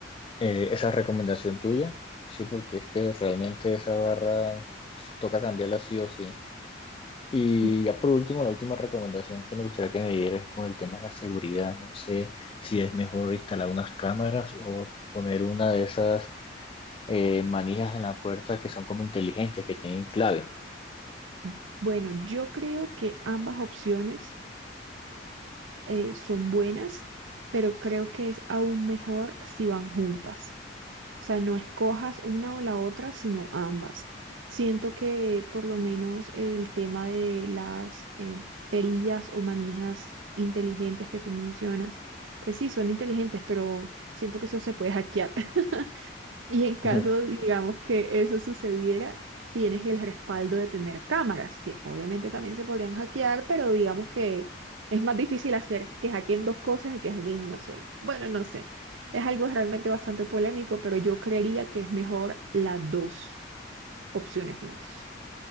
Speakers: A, on the left; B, on the right.
A: eh, esa recomendación tuya. Sí, porque es que realmente esa barra pues, toca cambiarla sí o sí. Y
B: Mm,
A: ya por último, la última recomendación que me gustaría que me dieras es con el tema de la seguridad. No sé si es mejor instalar unas cámaras o poner una de esas eh, manijas en la puerta que son como inteligentes, que tienen clave.
B: mm, Bueno, yo creo que ambas opciones eh, son buenas, pero creo que es aún mejor si van juntas. O sea, no escojas una o la otra, sino ambas. Siento que por lo menos el tema de las eh, perillas o manijas inteligentes que tú mencionas, pues sí, son inteligentes, pero siento que eso se puede hackear. <laughs> Y en caso,
A: <laughs> Ujú.
B: digamos, que eso sucediera, tienes el respaldo de tener cámaras, que obviamente también se podrían hackear, pero digamos que es más difícil hacer que hackeen dos cosas que hackeen una sola. Bueno, no sé. Es algo realmente bastante polémico, pero yo creería que es mejor las dos opciones juntas.